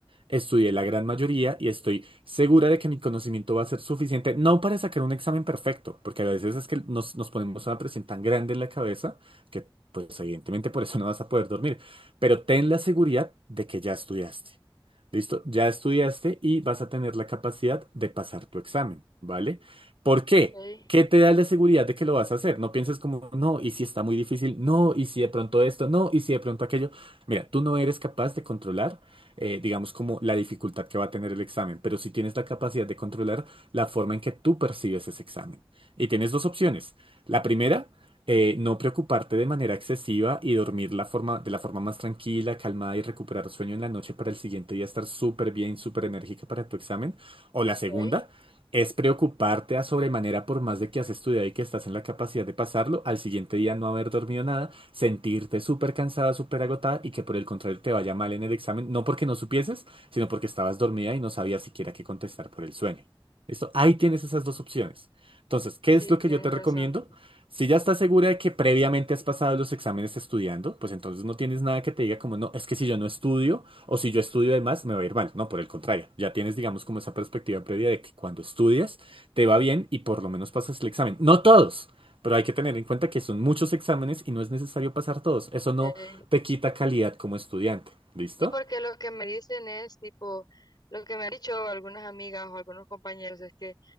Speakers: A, on the right; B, on the left.
A: estudié la gran mayoría y estoy segura de que mi conocimiento va a ser suficiente, no para sacar un examen perfecto, porque a veces es que nos, nos ponemos una presión tan grande en la cabeza que pues evidentemente por eso no vas a poder dormir, pero ten la seguridad de que ya estudiaste. Listo, ya estudiaste y vas a tener la capacidad de pasar tu examen, ¿vale? ¿Por qué?
B: okay,
A: ¿Qué te da la seguridad de que lo vas a hacer? No pienses como, no, y si está muy difícil, no, y si de pronto esto, no, y si de pronto aquello. Mira, tú no eres capaz de controlar, eh, digamos, como la dificultad que va a tener el examen, pero sí tienes la capacidad de controlar la forma en que tú percibes ese examen. Y tienes dos opciones. La primera eh, no preocuparte de manera excesiva y dormir la forma, de la forma más tranquila, calmada y recuperar sueño en la noche para el siguiente día estar súper bien, súper enérgica para tu examen. O la
B: okay.
A: segunda es preocuparte a sobremanera por más de que has estudiado y que estás en la capacidad de pasarlo, al siguiente día no haber dormido nada, sentirte súper cansada, súper agotada y que por el contrario te vaya mal en el examen, no porque no supieses, sino porque estabas dormida y no sabías siquiera qué contestar por el sueño. Esto, ahí tienes esas dos opciones. Entonces, ¿qué
B: Sí,
A: es lo que
B: tienes
A: yo te recomiendo?
B: razón.
A: Si ya estás segura de que previamente has pasado los exámenes estudiando, pues entonces no tienes nada que te diga como, no, es que si yo no estudio o si yo estudio de más, me va a ir mal. No, por el contrario, ya tienes, digamos, como esa perspectiva previa de que cuando estudias te va bien y por lo menos pasas el examen. No todos, pero hay que tener en cuenta que son muchos exámenes y no es necesario pasar todos. Eso no
B: Okay.
A: te quita calidad como estudiante. ¿Listo?
B: Y porque lo que me dicen es tipo, lo que me han dicho algunas amigas o algunos compañeros es que,